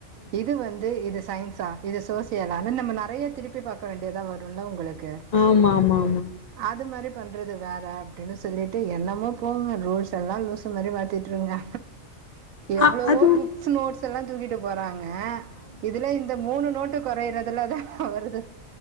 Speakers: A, on the right (about 85°); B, on the left (about 45°).
A: இது வந் து இது சயின்ஸா இது சோசியலான்னு நம்ம நெறைய திருப்பி பாக்க வேண்டியதா வருல்ல உங்களுக்கு
B: மா மா மா
A: அது மாரி பண்றது வேற அப்டின்னு சொல்லிட்டு என்னமோ போங்க ரூல்ஸ் எல்லா லூசு மாரி மாத்திட்டுருங்க எவ்ளோவோ
B: ஆ அதுவு
A: புக்ஸ் நோட்ஸ் எல்லா தூக்கிட்டு போறாங்க இதுல இந்த மூனு நோட்டு குறையறதுல தா வருது